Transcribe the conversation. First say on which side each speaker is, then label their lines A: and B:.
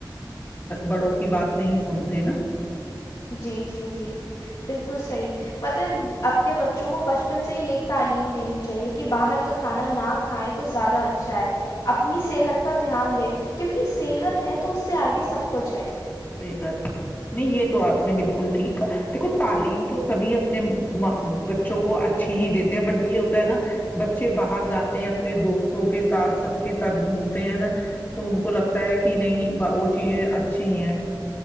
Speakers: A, on the left; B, on the left.
A: بڑوں کی بات نہیں سنتے نا
B: جی جی جی بالکل صحیح پتہ ہے اپنے بچوں کو بچپن سے یہی تعلیم دینی چاہیے کہ باہر کا کھانا نہ کھائیں تو زیادہ اچھا اچھا ہے اپنی صحت پر دھیان دے کیونکہ صحت ہے تو اس سے آگے سب کچھ ہے
A: صحی بات نہیں نہیں یہ تو آپ نے بالکل ٹھیک کہ دیکھو تعلیم تو سبھی اپنے بچوں کو اچھی ہی دیتے ہیں بٹ یہ ہوتا ہے نا بچے باہر جاتے ہیں اپنے دوستوں کے ساتھ سب کے ساتھ گھومتے ہیں نا تو ان کو لگتا ہے کہ نہیں وہ چیزیں اچھی ہیں